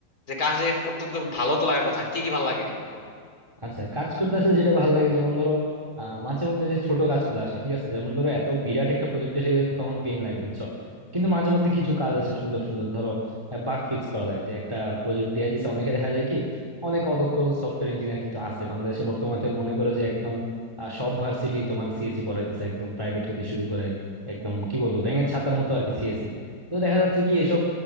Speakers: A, on the left; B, on the right.
A: যে কাজে করতে তো ভালো তো লাগার কথা কি কি ভালো লাগে
B: আচ্ছা কাজ করতে আসলে যেটা ভালো লাগে যেমন ধরো আহ, মাঝে মধ্যে যে ছোট কাজগুলো আসে ঠিক আছে যেমন ধরো এত বিরাট একটা প্রজেক্ট এসে গেলে তো তখন পেন লাগে বুঝছো কিন্তু মাঝে মধ্যে কিছু কাজ আছে সুন্দর সুন্দর ধরো বাগ ফিক্স করা লাগে যে একটা প্রজেক্ট দিয়ে দিছে অনেকে দেখা যায় কি অনেক অদক্ষ সফটওয়্যার ইঞ্জিনিয়ার কিন্তু আছে বাংলাদেশে বর্তমানে মনে করো যে একদম আহ, সব ভার্সিটি তোমার সিএসি পড়াইতেছে একদম প্রাইভেট হইতে শুরু করে একদম কি বলবো ব্যাঙের ছাতার মতো আর কি সিএসি তো দেখা যাচ্ছে কি এসব